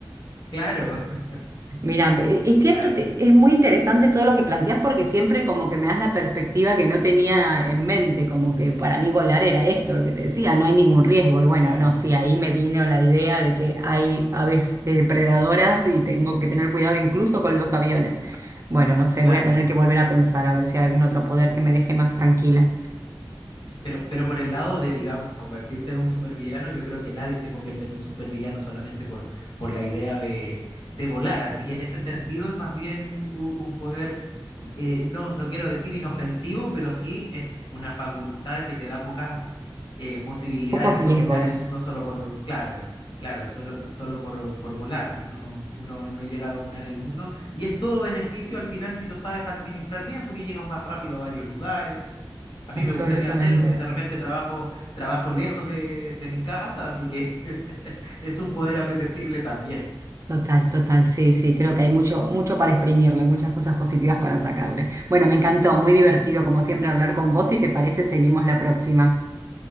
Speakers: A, on the left; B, on the right.
A: claro, <laughs>
B: Mira, e- es cierto,
A: claro,
B: te- es muy interesante todo lo que planteas porque siempre como que me das la perspectiva que no tenía en mente, como que para mí volar era esto, lo que te decía, no hay ningún riesgo. Y bueno,
A: claro,
B: no, sí, ahí me vino la idea de que hay aves eh, predadoras y tengo que tener cuidado incluso con los aviones. Bueno, no sé,
A: claro.
B: voy a tener que volver a pensar a ver si hay algún otro poder que me deje más tranquila.
A: Sí, pero, pero por el lado de, digamos, convertirte en un supervillano, yo creo que nadie se convierte en un supervillano solamente por, por la idea de, de volar. Así que en ese sentido es más bien un, un poder, eh, no, no quiero decir inofensivo, pero sí es una facultad que te da pocas eh, posibilidades
B: Pocos
A: de
B: riesgos,
A: dominar el mundo solo por, claro, claro, solo, solo por, por volar. Uno, uno no llega a dominar el mundo y es todo beneficio al final si lo sabes administrar bien, porque llegas más rápido a varios lugares a mí
B: absolutamente.
A: me gustaría hacerlo porque de repente trabajo, trabajo lejos de, de mi casa, así que <laughs> es un poder apetecible también.
B: Total, total, sí, sí, creo que hay mucho, mucho para exprimirle, muchas cosas positivas para sacarle. Bueno, me encantó, muy divertido como siempre hablar con vos y te parece, seguimos la próxima.